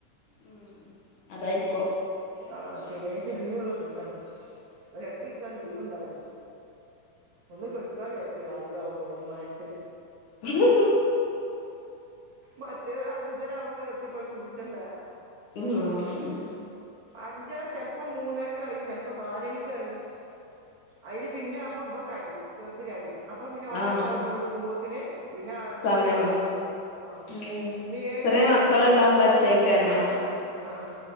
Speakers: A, on the left (about 60°); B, on the right (about 55°).
A: ഉം അതായിരിക്കും.
B: ആഹ് ശെനിയാഴ്ച്ച ലീവ്ള്ള ദിവസാണ് അത് രണ്ടീസാണ് ലീവ് ഇണ്ടാവല്. ഒന്ന് കെടുക്കാ വിചാരിച്ചു ഈ രാവിലെ ആവുമ്പളെ ഈ മയത്ത്.
A: ഹി ഹി
B: മറ്റേത് അഞ്ചര ആകുമ്പോത്തിന് തട്ടിപ്പെടഞ്ഞ് നീച്ചണ്ടേ?
A: ഉം
B: അഞ്ചര ചെലപ്പോ മൂന്നരക്ക അറിയും ചെലപ്പോ നാലണിക്ക് അറിയും. അയില് പിന്നെ അപ്പ ഇബൻ കരീം ചെറുത് കരീം. അപ്പൊ പിന്നെ ഓന്റെ
A: ആഹ്
B: അടുത്ത് അവടന്ന് കെടുക്കുമ്പോത്തിന് പിന്നെ ആ
A: സമയം
B: ത് ആറ് മണിയാവും ആഹ്
A: ഉം
B: ഇന്ന് ഏഴ്
A: ചെറിയ
B: മണ്യായിക്കണ്
A: മക്കളുണ്ടാവുമ്പോ
B: അപ്പൊ
A: പച്ചേക്കന്നെ
B: ആന്ന് ആഹ്